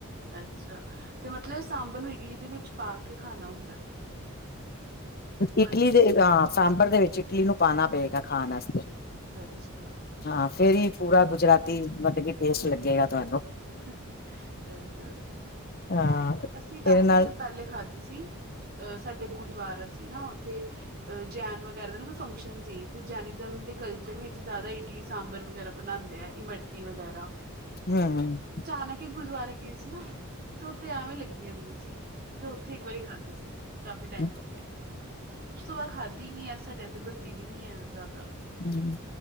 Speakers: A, on the right; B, on the left.
A: ਅੱਛਾ, ਤੇ ਮਤਲਬ ਸਾਂਬਰ, ਨੂੰ ਇਡਲੀ ਦੇ ਵਿੱਚ ਪਾ ਕੇ, ਖਾਣਾ ਹੁੰਦਾ ਉੱਪਰ।
B: ਇਡਲੀ ਦੇ, ਹ ਸਾਂਬਰ ਦੇ ਵਿੱਚ, ਕਿਨੂੰ ਪਾਣਾ ਪਏਗਾ ਖਾਣ ਆਸਤੇ
A: ਅੱਛਾ।
B: ਹਾਂ ਫੇਰ ਵੀ ਪੂਰਾ ਗੁਜਰਾਤੀ, ਮਤਲਬ ਕਿ, ਟੇਸਟ ਲੱਗੇਗਾ ਤੁਹਾਨੂੰ
A: ਅ- ਅੱਛਾ
B: ਹਾਂ
A: ਅਸੀਂ ਕਾਫ਼ੀ
B: ਤੇਰੇ ਨਾਲ
A: ਦੇਰ ਪਹਿਲੇ, ਖਾਧੀ ਸੀ। ਅਹ ਸਾਡੇ, ਗੁਰਦੁਆਰਾ ਸੀ ਨਾ, ਉੱਥੇ ਅਹ ਜਾਣ ਵਗੈਰਾ ਦਾ ਨਾ ਫੰਕਸ਼ਨ ਸੀ ਤੇ, ਜੈਨਜ਼ਮ ਦੇ ਕਲਚਰ ਵਿੱਚ, ਜ਼ਿਆਦਾ ਇਡਲੀ -ਸਾਂਬਰ ਵਗੈਰਾ ਬਣਾਉਦੇ ਆ ਇਮਰਤੀ ਵਗੈਰਾ
B: ਹਮ ਹਮ <inaudible>
A: ਚਾਨਕ ਈ ਗੁਰਦਆਰੇ ਗਏ ਸੀ ਨਾ। ਤੇ ਓਥੇ ਐਵੇਂ ਲੱਗੀਆਂ ਦੀਆਂ ਸੀ। ਤੇ ਓਥੇ ਇੱਕ ਵਾਰੀ ਖਾਧੀ ਸੀ ਕਾਫੀ ਟਾਈਮ
B: ਹਮ
A: ਪੈਲੇ। ਉਸ ਤੋਂ ਬਾਦ ਖਾਧੀ ਨੀ ਐ ਸਾਡੇ ਏਥੇ ਬਨਦੀ ਵੀ ਨੀ ਹੈ ਜਾਦਾ।
B: ਹੂੰ।